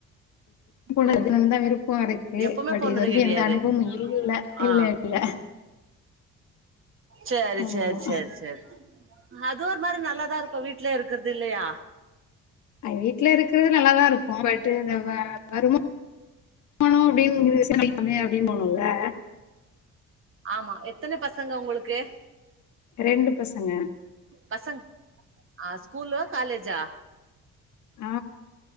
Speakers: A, on the left (about 70°); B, on the right (about 45°).
A: போன
B: ஓ
A: இதுன்னுதான் விருப்பம் இருக்கு
B: எப்பவுமே
A: பட்
B: போனது
A: இது வரைக்கும்
B: கெடையாது
A: எந்த அனுபவமும் இல்ல
B: ஆ
A: இல்ல இல்ல
B: சேரி
A: ஆமா
B: சேரி சேரி சேரி அது ஓர் மாரி நல்லாதா இரு இப்ப வீட்லே இருக்கறது இல்லையா
A: அது வீட்ல இருக்கிறது நல்லாதான் இருக்கு ட்டு இந்த வருமானம் போனும் அப்டியே குடும்ப சுமை அதிகமாகும் லா
B: ஆமா எத்தனை பஸ் சங்க உங்களுக்கு
A: ரெண்டு பசங்க
B: பசங் ஆஹ் ஸ்கூலு காலேஜா
A: ஆ